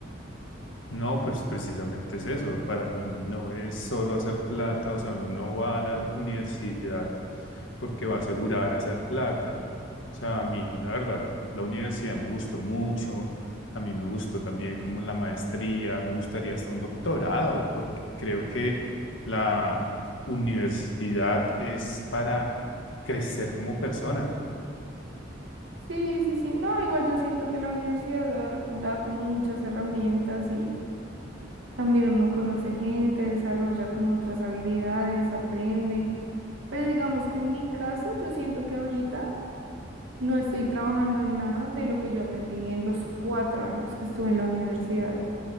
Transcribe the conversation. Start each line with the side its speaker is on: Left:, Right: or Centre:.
Left: No, pues precisamente es eso. Para mí no es solo hacer plata, o sea, uno no va a la universidad porque va a asegurar hacer plata. O sea, a mí, la verdad, la universidad me gustó mucho, a mí me gustó también como la maestría, me gustaría hasta un doctorado, porque creo que la universidad es para crecer como persona.
Right: Sí, sí, sí, no, igual yo siento que la universidad da, da como muchas herramientas y También uno conoce gente, desarrolla como otras habilidades, aprende. Pero digamos que en mi caso, yo siento que ahorita no estoy trabajando en nada de lo que yo aprendí en los cuatro años que estuve en la universidad.